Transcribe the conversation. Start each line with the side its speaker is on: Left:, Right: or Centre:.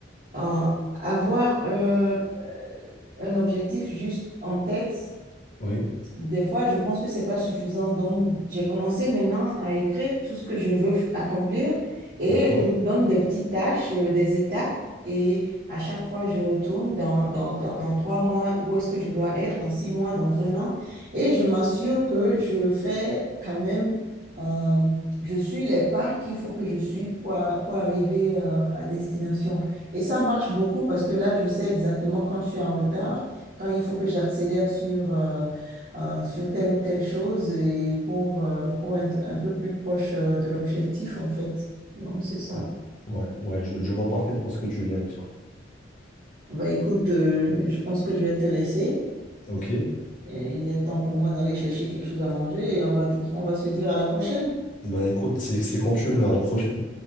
Right: euh, avoir un, un objectif juste en tête,
Left: Oui,
Right: des fois, je pense que c'est pas suffisant. Donc, j'ai commencé maintenant à écrire tout ce que je veux f- accomplir et
Left: d'accord.
Right: je me donne des petites tâches, euh, des étapes. Et à chaque fois, je retourne dans, dans, dans, dans trois mois, où est-ce que je dois être, dans six mois, dans un an. Et je m'assure que je fais quand même, euh, je suis les pas qu'il faut que je suive pour, a- pour arriver, euh, à destination. Et ça marche beaucoup parce que là, je sais exactement quand je suis en retard, quand il faut que j'accélère sur... euh, euh, sur telle ou telle chose et pour, euh, pour être un peu plus proche euh, de l'objectif, en fait. Donc, c'est ça.
Left: Mm. Ouais, ouais, je, je vois parfaitement ce que tu viens de dire.
Right: Bah, écoute, euh, je pense que je vais te laisser.
Left: Ok.
Right: Et il est temps pour moi d'aller chercher quelque chose à manger et on va, on va se dire à la prochaine.
Left: Bah écoute, c'est c'est quand tu veux, à la prochaine.